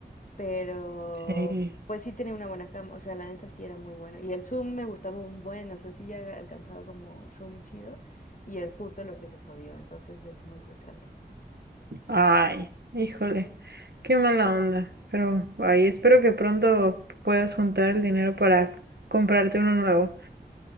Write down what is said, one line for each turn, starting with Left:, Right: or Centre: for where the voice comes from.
Left: Pero
Right: Sí.
Left: pues sí tenía una buena cámara, o sea, la neta sí era muy bueno. Y el zoom me gustaba un buen, o sea, sí ya alcanzaba como zoom chido y es justo lo que se jodió, entonces es muy frustrante.
Right: Ay, híjole. Qué mala onda. Pero, ay, espero que pronto puedas juntar el dinero para comprarte uno nuevo.